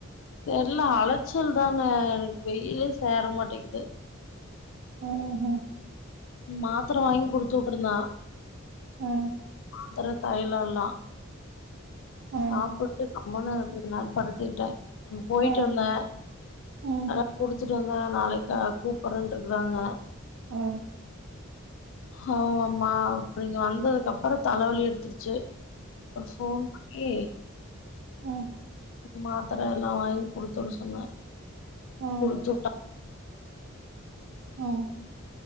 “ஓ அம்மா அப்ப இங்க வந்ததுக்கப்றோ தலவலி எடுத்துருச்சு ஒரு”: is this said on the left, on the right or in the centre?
Left